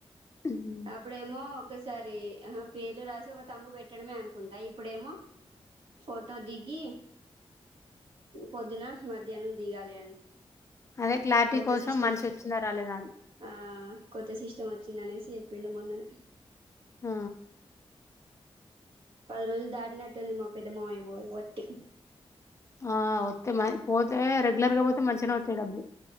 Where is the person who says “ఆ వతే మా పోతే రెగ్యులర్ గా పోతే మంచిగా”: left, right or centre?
Left